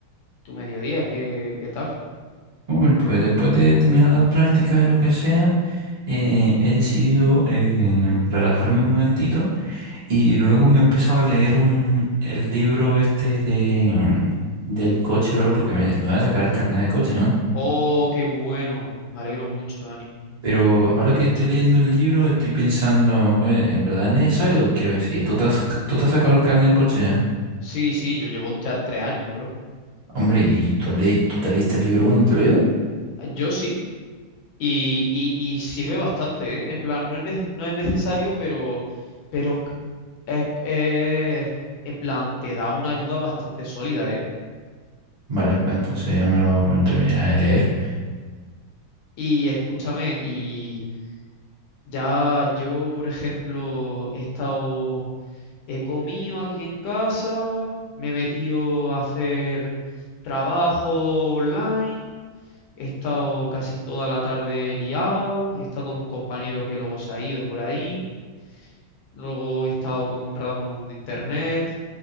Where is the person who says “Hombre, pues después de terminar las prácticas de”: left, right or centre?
Right